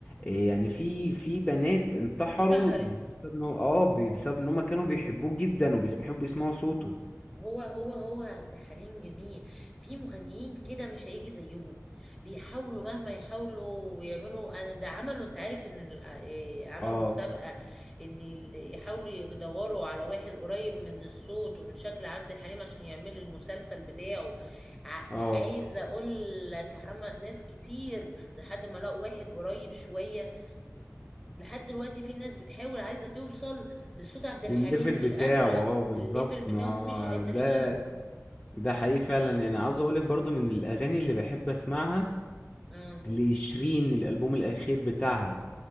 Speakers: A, on the left; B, in the centre.
A: إيه يعني في في بنات انتحروا
B: انتحر
A: بسبب ان هو اه ب- بسبب ان هم كانوا بيحبوه جدا وبيحبوا يسمعوا صوته
B: هو هو هو عبد الحليم جميل في مغنيين كده مش هيجي زيهم بيحاولوا مهما يحاولوا ويعملوا انا ده عملوا انت عارف ان ال- إيه، عملوا
A: اه
B: مسابقة ان ال- يحاولوا يدوروا على واحد قريب من الصوت ومن شكل عبد الحليم عشان يعمل المسلسل بتاعه ع-
A: اه
B: عايزة اقول لك عمل ناس كتير لحد ما لقوا واحد قريب شوية لحد دلوقتي في ناس بتحاول عايزة توصل لصوت عبد الحليم
A: للليفل
B: مش
A: بتاعه
B: قادرة
A: اه بالظبط
B: الليفل بتاعهم
A: ما هو
B: مش قادرين
A: ده ده حقيقي فعلا يعني عاوز اقول لك برضو من الاغاني اللي بحب اسمعها
B: اه
A: لشيرين الالبوم الاخير بتاعها